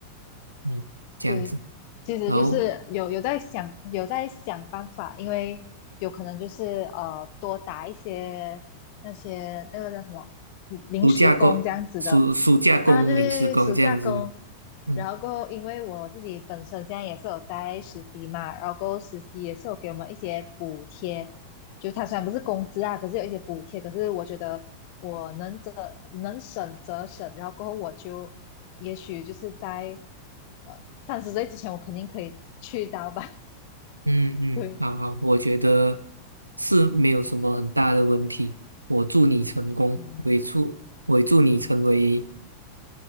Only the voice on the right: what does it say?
嗯，这样子，
然后
暑假工暑暑假工、
临时工这样子吧。
嗯
嗯嗯，
好好，我觉得是没有什么很大的问题。我祝你成功，
我也祝我也祝你成为。